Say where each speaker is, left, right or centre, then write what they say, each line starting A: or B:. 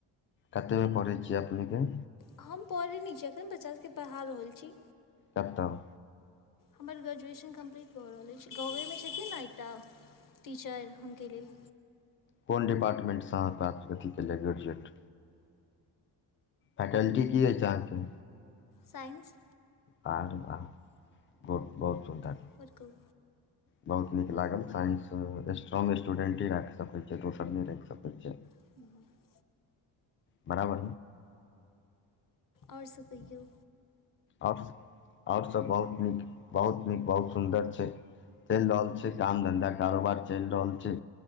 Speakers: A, on the left; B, on the left.
A: कतेकमे पढ़ै छिय अपने के
B: हम पौरिणी छी जखन बच्चा सबके पढ़ा रहल छी
A: कतैय
B: हमर ग्रेजुएशन कम्प्लीट भऽ रहल अछि गाँवेमे छथिन ने एकटा टीचर हुनके लेल
A: कोन डिपार्टमेन्टसँ अहाँ प्राप्त अथी केलल गेजुएट फैकल्टी की अछि अहाँके
B: साइन्स
A: प बहुत बहुत सुन्दर
B: आओर कहू
A: बहुत नीक लागल साइंस स्ट्रोंग स्टूडेंटेी राखि सकै छै दोसर नहि राखि सकै छै
B: ब
A: बराबर
B: ओर सब कहियौ
A: आर्ट्स आर्ट्स सब बहुत नीक बहुत नीक बहुत सुन्दर छै चलि रहल छै काम धन्धा कारोबार चलि रहल छै